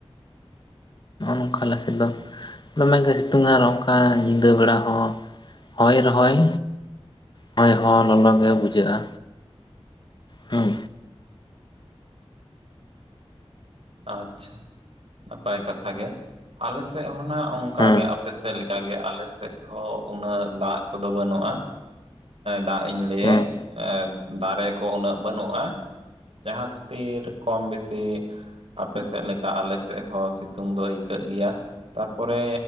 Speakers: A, on the right; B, on the left.
A: <inaudible>
B: ᱚᱝᱠᱟ ᱞᱮ ᱥᱮᱫᱚ ᱫᱚᱢᱮᱜᱮ ᱥᱤᱛᱩᱝ ᱟᱨ ᱚᱱᱠᱟ ᱧᱤᱫᱟᱹ ᱵᱮᱲᱟ ᱦᱚᱸ ᱦᱚᱭ ᱨᱚᱦᱚᱭ, ᱦᱚᱭ ᱦᱚ ᱞᱚᱞᱚᱜᱮ ᱵᱩᱡᱷᱟᱹᱜᱼᱟ᱾ ᱦᱩᱸ
A: ᱟᱪᱷᱟ ᱱᱟᱯᱟᱭ ᱠᱟᱛᱷᱟ ᱜᱮ᱾ ᱟᱞᱮ ᱥᱮᱫ ᱦᱚᱸᱱᱟᱜ ᱚᱝᱠᱟᱜᱮ,
B: ᱦᱩᱸ
A: ᱟᱯᱮ ᱥᱮᱫ ᱞᱮᱠᱟᱜᱮ ᱟᱞᱮ ᱦᱚᱸ ᱩᱱᱟᱹᱜ ᱫᱟᱜ ᱠᱚᱫᱚ ᱵᱟᱹᱱᱩᱜᱼᱟ᱾ ᱫᱟᱜ ᱤᱧ ᱞᱟᱹᱮᱜᱽ,
B: ᱦᱩᱸ
A: ᱫᱟᱨᱮ ᱠᱚ ᱩᱱᱟᱹᱜ ᱵᱟᱹᱱᱩᱜᱼᱟ᱾ ᱡᱟᱦᱟᱸ ᱠᱷᱟᱹᱛᱤᱨ ᱠᱚᱢ ᱵᱮᱥᱤ ᱟᱯᱮ ᱥᱮᱫ ᱞᱮᱠᱟ ᱟᱞᱮ ᱥᱮᱫ ᱦᱚᱸ ᱥᱤᱛᱩᱝ ᱫᱚ ᱟᱹᱭᱠᱟᱹᱜ ᱜᱮᱭᱟ, ᱛᱟᱨᱯᱚᱨᱮ